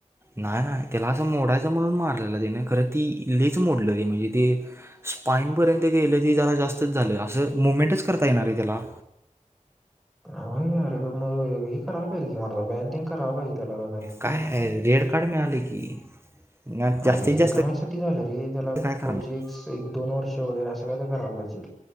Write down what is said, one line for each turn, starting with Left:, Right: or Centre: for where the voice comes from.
Right: नाही नाही त्याला असं मोडायचं म्हणून मारलेलं तिने खरं ती लेच मोडलं र म्हणजे ती स्पाईनपर्यंत गेलं ती जरा जास्तच झालं असं मुवमेंटच करता येणार रे त्याला.
Centre: नार मग हे कराय पाहिजे की म बँन बिन खराय पाहिजे त्याला
Right: काय रेड कार्ड मिळाले की. ना जास्तीत
Centre: अर का ते
Right: जास्त
Centre: एकाम्या साठी झालं रे त्याला
Right: काय करणार
Centre: पुढचे एक दोन वर्ष वगैरे असं काय तर करायला पाहिजे.